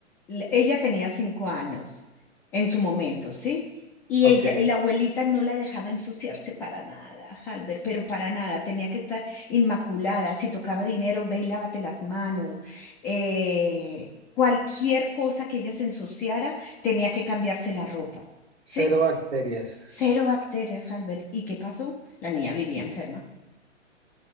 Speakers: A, in the centre; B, on the right.
A: l- ella tenía cinco años en su momento, ¿sí? Y
B: Ok.
A: ella, la abuelita no la dejaba ensuciarse para nada, Albert, pero para nada, tenía que estar inmaculada. Si tocaba dinero, ve y lávate las manos. Eh, cualquier cosa que ella se ensuciara, tenía que cambiarse la ropa,
B: cero
A: ¿sí?
B: bacterias.
A: Cero bacterias, Albert. ¿Y qué pasó? La niña vivía enferma.